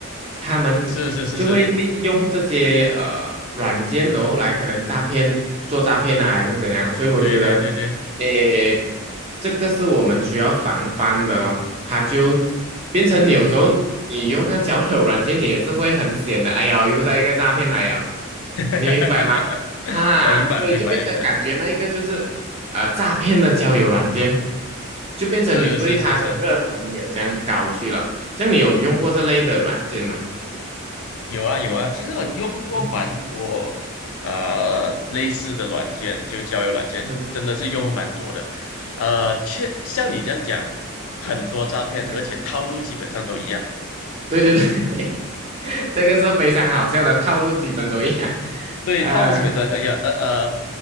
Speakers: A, on the right; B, on the left.
A: 他们。
B: 是是是是，
A: 就会利用这些呃软件，然后来可能诈骗、做诈骗啊，还是怎样。所以我觉得，
B: 对对对对，
A: 诶，这个是我们需要防范的咯。它就变成你有时候你用那个交友软件，
B: 嗯哼哼。
A: 你也是会很险的。哎呀，又在一个诈骗来了，
B: <laughs> 哈哈哈哈
A: 你明白吗？啊，
B: 我明白，
A: 所以就变成感觉那一个就是呃诈骗的交友软件，
B: 明白，明白，
A: 就变成你对他的热忱没有这样高去了。
B: 是是是是，
A: 像你有用过这类的软件吗？
B: 有啊有啊。其实我用过蛮多，
A: 嗯
B: 呃，类似的软件，就交友软件，
A: 嗯
B: 真的是用了蛮多的。呃，确像你这样讲，很多诈骗，
A: 嗯。
B: 而且套路基本上都一样。
A: 对对对，<laughs> 这个是非常好笑的套路，基本都一样。<laughs>
B: 对，
A: 啊，
B: 他们基本都都一样，呃呃